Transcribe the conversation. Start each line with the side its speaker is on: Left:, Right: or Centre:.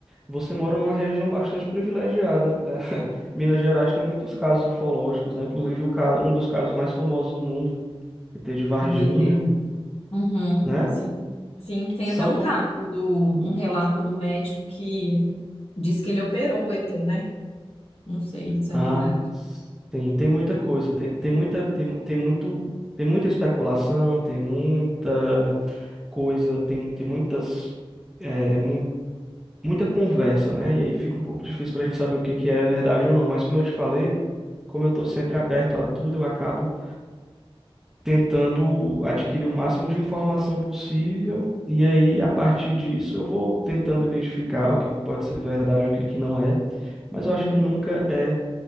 Centre: Você mora numa região bastante privilegiada. É, <laughs> Minas Gerais tem muitos casos ufológicos, né? Inclusive o ca- um dos casos mais famosos do mundo, que tem de Varginha,
Left: O ET. Uhum,
Centre: né?
Left: sim. Sim, tem
Centre: São
Left: até um
Centre: Tom...
Left: caso do um relato do médico que diz que ele operou o ET, né? Não sei se
Centre: Ah,
Left: é verdade.
Centre: sim, tem muita coisa, tem, tem muita, tem, tem muito, tem muita especulação, tem muita coisa, tem, tem muitas, é, mu- muita conversa, né? E aí fica um pouco difícil pra gente saber o que que é verdade ou não, mas como eu te falei, como eu tô sempre aberto a tudo, eu acabo tentando adquirir o máximo de informação possível, e aí a partir disso eu vou tentando identificar o que que pode ser verdade, o que que não é, mas
Left: Uhum,
Centre: eu acho que nunca é